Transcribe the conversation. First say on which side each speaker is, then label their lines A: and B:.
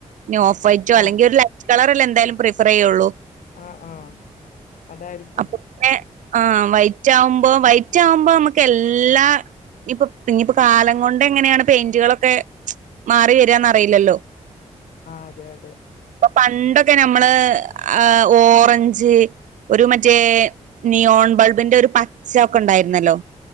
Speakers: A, on the right; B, on the left.
A: ഇനി ഓഫ് വൈറ്റോ അല്ലെങ്കി
B: ആഹ്
A: ഒരു ലൈ റ്റ് കളറല്ലെ എന്തായാലും പ്രിഫറെയ്യുള്ളൂ
B: ആഹ് ആഹ് അതായിരിക്കും
A: അപ്പോ പിന്നെ ആഹ് വൈറ്റാവുമ്പോ വൈറ്റാവുമ്പോ നമുക്ക് എല്ലാ ഇപ്പോ ഇന്നിപ്പോ കാലം കൊണ്ട് എങ്ങനെയാണ് പെയിന്റുകളൊക്കെ മാറി വരാന്ന് അറിയില്ലല്ലോ
B: ആഹ് അതെ അതെ
A: ഇപ്പോ പണ്ടൊക്കെ നമ്മള് ആഹ് ഓറഞ്ച് ഒരു മറ്റേ നിയോൺ ബൾബിന്റെ ഒരു പച്ച ഒക്കെ ഒണ്ടായിരുന്നല്ലോ